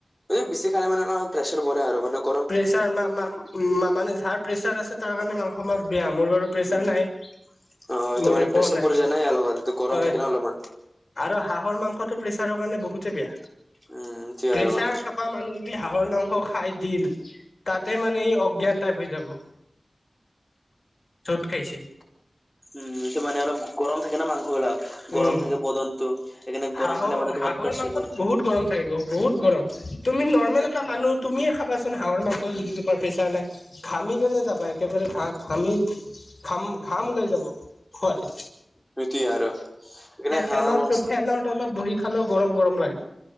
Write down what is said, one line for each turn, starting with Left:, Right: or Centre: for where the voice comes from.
Centre: বেছি খালে মানে অলপমান প্ৰেছাৰ বাঢ়ে আৰু মানোক
Left: প্ৰেছাৰ মা মা উ মানে ঝাক প্ৰেছাৰ আছে তাৰ কাৰণে মাংস মাছ বেয়া মোৰ বাৰু প্ৰেছাৰ
Centre: উম
Left: নাই।
Centre: অ এইটো
Left: মোৰ
Centre: মানে
Left: একো
Centre: প্ৰেচাৰ
Left: নাই
Centre: বাৰি যায় না ইয়াৰ লগত এইটো গৰম
Left: হয়
Centre: থাকে ন অলপমান।
Left: আৰু হাঁহৰ মাংসটো প্ৰেছাৰৰ কাৰানে বহুতে বেয়া
Centre: উম সেইটোৱে
Left: প্ৰেছাৰ
Centre: আৰু মানে।
Left: থ, কা মানুহ যদি হাঁহৰ মাংস খাই দিল, তাতে মানে ই অজ্ঞান টাইপ হৈ যাব য'ত খাইছে।
Centre: উম মানে অলপ গৰম থাকে ন মাংস বিলাক গৰম
Left: উম
Centre: থাকে বদনটো। সেইকাৰণে
Left: হাঁহৰ
Centre: গৰম খালে মানে তোমাৰ
Left: হাঁহৰ
Centre: প্ৰেছাৰ
Left: মাংসতো
Centre: পৰে।
Left: বহুত গৰম থাকে গ বহুত গৰম। তুমি নৰ্মেল এটা মানুহ তুমিয়ে খাবাচোন হাঁহৰ মাংস যদি তোমাৰ প্ৰেচাৰ নাই। ঘামি কেনে যাবা একেবাৰে ঘা ঘামি। ঘাম ঘাম ওলাই যাব খুৱাতে,
Centre: স্মৃতি আৰু সেইকাৰণে
Left: ফেনৰ
Centre: হাঁহ মংস,
Left: ফেনৰ তলত বহি খালেও গৰম গৰম লাগে।